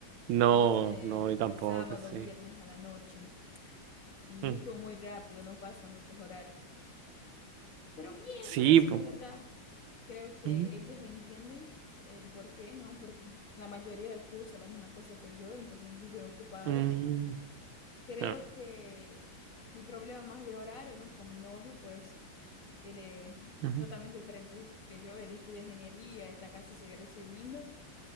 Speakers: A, on the right; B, on the left.
A: No,
B: Además, eh,
A: no, yo tampoco,
B: es sábado o
A: sí.
B: viernes a la noche y
A: Mm,
B: esto muy rápido, no pasa muchos horarios. Pero bien,
A: Sí,
B: parece,
A: po.
B: la verdad. Creo que
A: Mm,
B: ellos entienden el por qué, ¿no? Porque la mayoría cursa la misma cosa que yo, entonces viven ocupados
A: mm,
B: creo
A: ah,
B: que mi problema más de horario, más con mi novio, pues él es
A: ujú,
B: totalmente diferente que yo. Él estudia ingeniería, está casi se recibiendo,